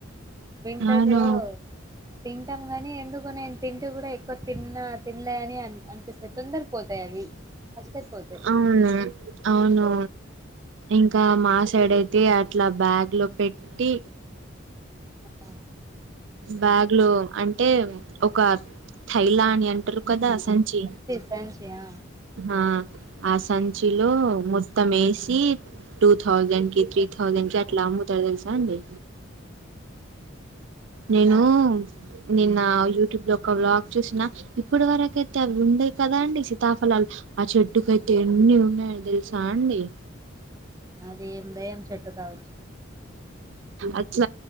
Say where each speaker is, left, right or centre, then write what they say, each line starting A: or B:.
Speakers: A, on the right (about 15°); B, on the right (about 60°).
A: వింటర్
B: అవును
A: లో తి గనీ ఎందుకో నేను తింటూ కూడా ఎక్కువ తిన్నా తినలే అని అనిపిస్తంది తొందర పోతాయి అవి అస్సలు పోతాయి
B: అవును అవును ఇంకా మా సైడ్ అయితే అట్లా బ్యాగ్ లో పెట్టి
A: ఆ
B: బ్యాగ్లో అంటే ఒక థైలాని అంట రు కదా సంచి
A: సంచి ఆ
B: హ ఆ సంచిలో మొత్తం ఏసి టూ థౌజండ్ కి త్రీ థౌజండ్ కి అట్లా అమ్ము తెలుసా అండి నేనూ
A: నాకు
B: ని ఆ యూట్యూబ్ లో ఒక బ్లాగ్ చూసిన ఇప్పుడు వరకయితే అవి ఉండే కదా అండి సితాఫలాలు అచ్చ చెట్టు కైతే ఎన్ని ఉన్నాయి తెలుసా అండి
A: అదే <unintelligible>
B: అట్ల